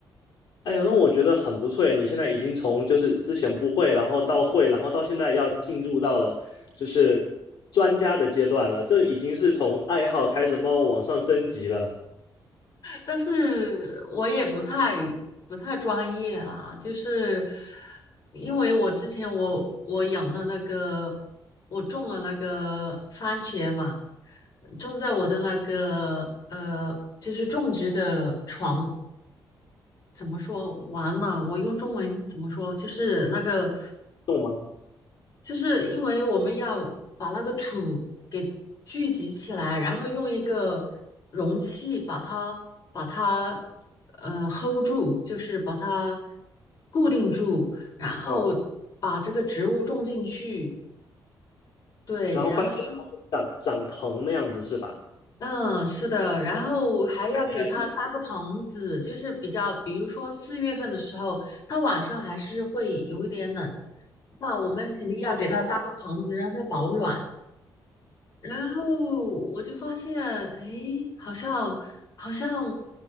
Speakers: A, on the left; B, on the left.
A: 哎呀，那我觉得很不错诶，你现在已经从就是之前不会，然后到会，然后到现在要进入到了就是专家的阶段了，这已经是从爱好开始慢慢往上升级了，
B: 但是我也不太不太专业啦，就是因为我之前我我养了那个，我种了那个番茄嘛，种在我的那个呃，就是种植的床，怎么说完嘛？我用中文怎么说？就是那个
A: 懂吗？
B: 就是因为我们要把那个土给聚集起来，然后用一个容器把它把它呃 hold 住，就是把它固定住，然后把这个植物种进去。
A: 嗯。
B: 对，
A: 然后发现有，
B: 然后
A: 长长藤那样子是吧？
B: 嗯，是的，然后还要给它搭个棚子，
A: 你来说，
B: 就是比较，比如说四月份的时候，它晚上还是会有一点冷，那我们肯定要给它搭个棚子，让它保暖。然后我就发现，哎，好像好像